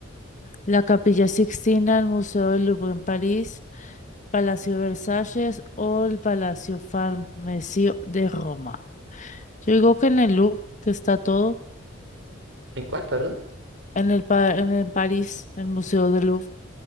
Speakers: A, on the left; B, on the right.
A: La Capilla Sixtina, el Museo del Louvre en París, Palacio Versalles o el Palacio Farnesio de Roma. Yo digo que en el Louvre, que está todo,
B: ¿En cuál, perdón?
A: en el pa- en el París, el Museo del Louvre.